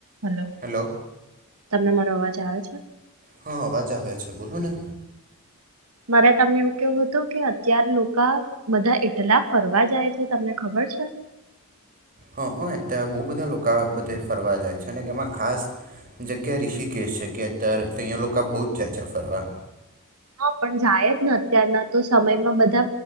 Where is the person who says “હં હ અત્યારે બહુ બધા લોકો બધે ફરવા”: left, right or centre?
Right